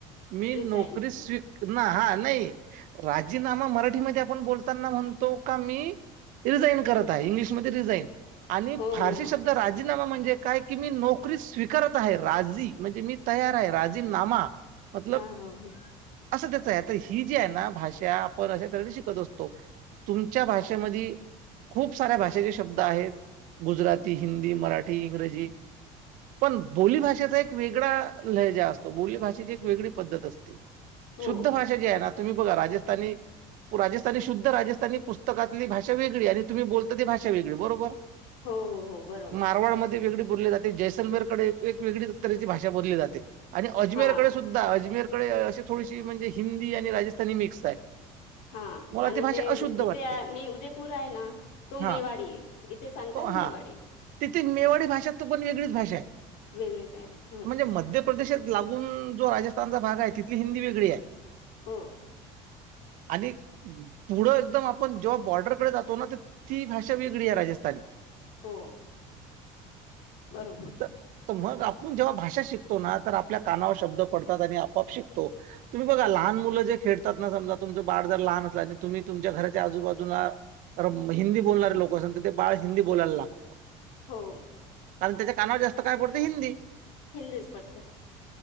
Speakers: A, on the right; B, on the left.
A: मी
B: रिझाईन.
A: नोकरी स्वी ना हा नाही. राजीनामा मराठीमध्ये आपण बोलताना म्हणतो का मी? रिझाईन करत आहे इंग्लिशमध्ये रिझाईन आणि
B: हो,
A: फारशी
B: हो, हो.
A: शब्द. राजीनामा म्हणजे काय की मी नोकरी स्वीकारत आहे राजी म्हणजे मी तयार आहे राजीनामा. मतलब
B: हा हो.
A: असं त्याच आहे तर ही जी आहे ना भाषा आपण अश्या तऱ्ने शिकत असतो. तुमच्या भाषेमध्ये खूप साऱ्या भाषेचे शब्द आहेत. गुजराती, हिंदी, मराठी. ठी इंग्रजी पण बोलीभषेचा एक वेगळा लय ज असतो बोलीभाषेची. वेगळी पद्धत असते
B: हो,
A: शुद्ध भाषा जी आहे ना. राजस्थानी तुम्ही बघा शुद्ध राजस्थानी राजस्थानी. पुस्तकातली भाषाेगळी आणि तुम्ही बोलता ती भाषा वेळी बरोबर
B: हो, हो, हो, बरोबर.
A: मारवाडमध्येध्ये वेगळी बोलली जाते जैसलमेरकडे एक वेगळी तऱची भाषा बोलली जाते आणि अजमेर
B: हां,
A: सुा अजमेरकडे अशी थोडीशी म्हणजे हिंदी आणि राजस्थानी मिक्स आहे.
B: हा
A: मला
B: आणि
A: ती भाषा
B: ते
A: अशुद्ध वाटते.
B: इथे मी उदयपूर आहे ना. तो
A: हां,
B: मेवाडी इथे सांगतात
A: तो हां.
B: मेवाडे
A: तिथे मेवाडी भाषा त पण वेगळीच भाषा आहे
B: वेगळेच आहे. हो,
A: म्हणजे मध्य प्रदेशात लागून. जो राजस्थानचा भाग आहे तिथली हिंदी वेगळी आहे.
B: हो.
A: आणि पुढं एकदम आपण जेव्हा बॉर्डरकडे जातो ना तर ती भाषा वेगळी आहे राजस्थानी.
B: हो बरोबर.
A: तर तर मग आपण जेव्हा भाषा शिकतो ना तर आपल्या कानावर शब्द पडतात आणि आपआप शिकतो. तुम्ही बघा लहान मुलं जे खेळतात ना समजा तुमचं बाळ जर लहान असला तुम्ही तुमच्या घराच्याजूबाजूला तर हिंदी बोलणारे लोक असेल तर ते बाळ हिंदी बोलायला लागतं.
B: हो.
A: कारण त्याच्या कानावर जास्त काय पडते हिंदी.
B: हिंदीच पडतेय.